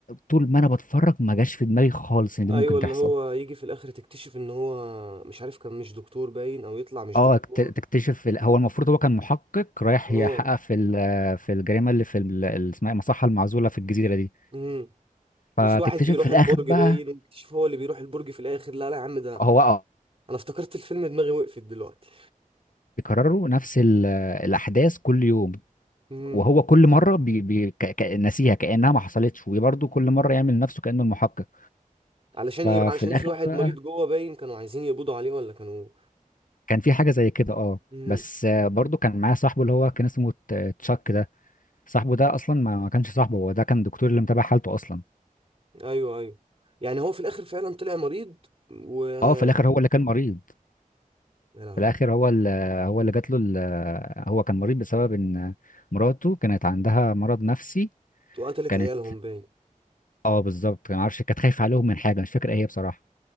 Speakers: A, on the left (about 70°); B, on the right (about 40°).
A: طول ما انا بتفرج ما جاش في دماغي خالص ان دي
B: ايوه
A: ممكن
B: اللي
A: تحصل
B: هو يجي في الاخر تكتشف ان هو مش عارف كان مش دكتور باين او يطلع مش
A: اه
B: دكتور
A: اكت- تكتشف في ال- هو المفروض هو كان محقق رايح
B: اه
A: يحقق في ال- في الجريمه اللي في ال- اللي اسمها إيه؟ المصحه المعزوله في الجزيره دي
B: مهم.
A: فتكتشف
B: وفي واحد بيروح
A: في الاخر
B: البرج
A: بقى
B: باين ويكتشف هو اللي بيروح البرج في الاخر لا لا يا عم ده
A: هو اه
B: انا افتكرت الفيلم دماغي وقفت دلوقتي
A: بيكرروا نفس ال- الاحداث كل يوم
B: امم
A: وهو كل مره بي بي ك- ك- ناسيها كانها ما حصلتش وبرضه كل مره يعمل نفسه كانه المحقق
B: علشان
A: ففي
B: ايه بقى علشان
A: الاخر
B: في واحد
A: بقى
B: مريض جوه باين كانوا عايزين يقبضوا عليه ولا كانوا
A: كان في حاجه زي كده اه
B: امم
A: بس آه، برضه كان معايا صاحبه اللي هو كان اسمه ت- تشاك ده صاحبه ده اصلا ما ما كانش صاحبه هو ده كان دكتور اللي متابع حالته اصلا
B: ايوه ايوه يعني هو في الاخر فعلا طلع مريض و يا
A: اه في الاخر هو اللي كان مريض
B: لهوي
A: في الاخر هو اللي هو اللي جات له ال- هو كان مريض بسبب ان مراته كانت عندها مرض نفسي
B: وقتلت
A: كانت
B: عيالهم باين
A: اه بالظبط ما اعرفش كانت خايفه عليهم من حاجه مش فاكر ايه هي بصراحه